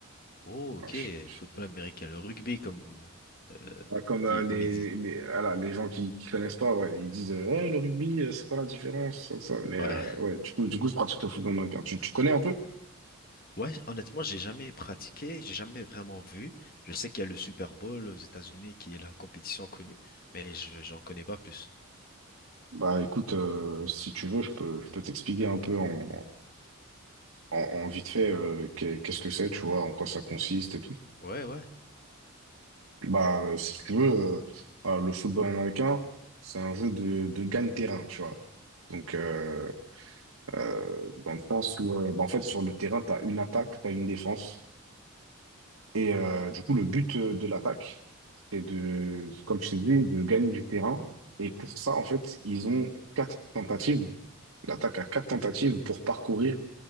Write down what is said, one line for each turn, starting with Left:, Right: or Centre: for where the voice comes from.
Left: Oh, ok,
Right: Ah, je-
Left: le
Right: je-
Left: football américain, le rugby, comme, euh,
Right: ah, Comme
Left: qui,
Right: euh, les,
Left: comme ils disent.
Right: les, les- voilà, les gens qui, qui connaissent pas, ouais, ils disent euh, Ouais, le rugby, euh, c'est quoi la différence? Ça, ça. Mais
Left: Ouais.
Right: euh, ouais, du coup, du coup, je pratique le football américain. Tu, tu connais un peu?
Left: Ouais, honnêtement, j'ai jamais pratiqué, j'ai jamais vraiment vu. Je sais qu'il y a le Super Bowl aux États-Unis qui est la compétition connue, mais je j'en connais pas plus.
Right: Bah écoute, euh, si tu veux, je peux, je peux t'expliquer un peu en, en, en vite fait euh, qu'est- qu'est-ce que c'est, tu vois, en quoi ça consiste et tout.
Left: Ouais, ouais.
Right: Bah euh, si tu veux, euh, voilà, le football américain, c'est un jeu de, de gagne-terrain, tu vois. Donc euh, euh, dans le sens où, euh, bah, en fait, sur le terrain, t'as une attaque, t'as une défense. Et euh, du coup, le but euh, de l'attaque, c'est de, comme je t'ai dit, de gagner du terrain. Et pour ça, en fait, ils ont quatre tentatives. L'attaque a quatre tentatives pour parcourir